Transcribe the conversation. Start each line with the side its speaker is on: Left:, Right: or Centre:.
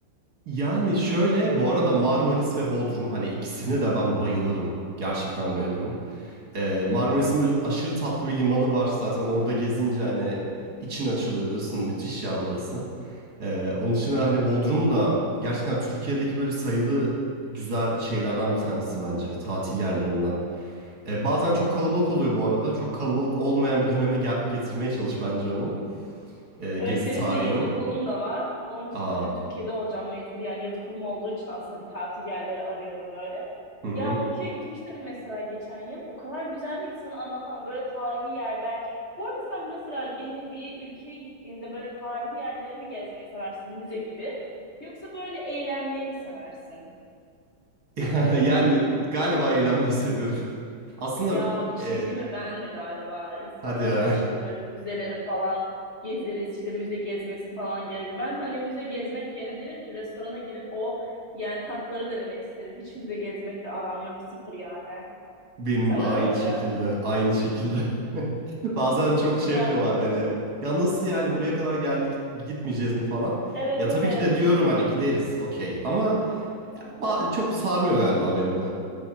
Right: Yani şöyle bu arada Marmaris ve Bodrum hani ikisine de ben bayılırım. Gerçekten bayılırım. Ee, Marmaris'in böyle aşırı tatlı bir limanı var. Zaten orada gezince hani için açılıyor diyorsun. Müthiş ya burası. Ee, onun dışında hani Bodrum da gerçekten Türkiye'deki böyle sayılı güzel şeylerden bir tanesi bence. Tatil yerlerinden. Ee, bazen çok kalabalık oluyor bu arada. Çok kalabalık olmayan bir döneme ge- getirmeye çalış bence onu. Ee,
Left: Evet
Right: gezi
Left: benim
Right: tarihini.
Left: bir de yaz okulum da var. Onun için
Right: Aa,
Left: hani Türkiye'de olacağım mecbur. Yani yaz okulum olduğu için aslında bir tatil yerleri arıyorum böyle.
Right: hı hı.
Left: Ya Bakü'ye gitmiştim mesela geçen yıl. O kadar güzeldi ki sana anlatamam. Böyle tarihi yerler. Bu arada sen mesela yeni bir ülkeye gittiğinde böyle tarihi yerleri mi gezmeyi seversin? Müze gibi. Yoksa böyle eğlenmeyi mi seversin?
Right: <laughs> Yani galiba eğlenmeyi seviyorum. Aslında
Left: Ya bir şey
Right: e,
Left: değil mi? Ben de galiba insanlar
Right: hadi ya
Left: diyor işte böyle müzeleri falan gezeriz işte müze gezmesi falan gerek. Ben hani müze gezmek yerine derim ki restorana gidip o yani tatları denemek isterim. Hiç müze gezmekle aram yok sıfır yani.
Right: benim
Left: Sen
Right: de aynı
Left: öyle mi
Right: şekilde
Left: öyle?
Right: aynı şekilde. <laughs> Bazen çok
Left: Ya
Right: şey yapıyorlar
Left: evet.
Right: beni. Ya nasıl yani buraya kadar geldik gitmeyeceğiz mi falan.
Left: Evet
Right: Ya tabii
Left: evet
Right: ki de diyorum hani gideriz okey ama ba- çok sarmıyor galiba beni de.